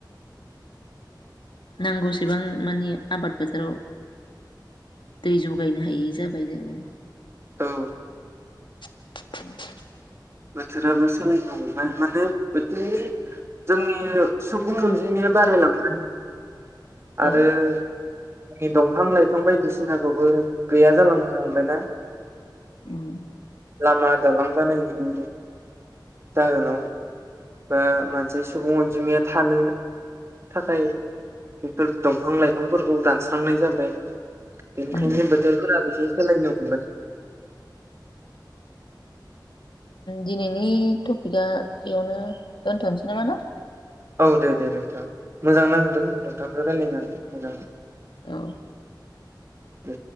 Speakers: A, on the left; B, on the right.
A: नांगौसेबां मानि आबाद फोथोराव दै जगायनो हायै जाबाय जोङो
B: औ
A: <unintelligible>
B: बोथोराबो सोलायनो हमबाय माने बोथोरनि जोंनि ओ सुबुं अनजिनाया बारायलांबाय आरो
A: औ
B: जोंनि दंफां लाइफां बायदिसिनाखौबो गैया जालांनो हमबाय ना
A: उम
B: लामा दालां बानायनायनि जाहोनाव बा मान मोनसे सुबुं अनजिमाया थानो थाखाय बेफोर दंफां लाइफांफोरखौ दानस्रांनाय जाबाय ओमफ्राय बेनिखायनो
A: उम
B: बोथोरफोरा बिदि सोलायनो हमबाय
A: दिनैनि टपिकआ बेयावनो दोनथ'नोसै नामा ना
B: औ दे दे नोंथां मोजां नांदों नोंथांजों रायज्लायनानै मोजां
A: औ
B: बे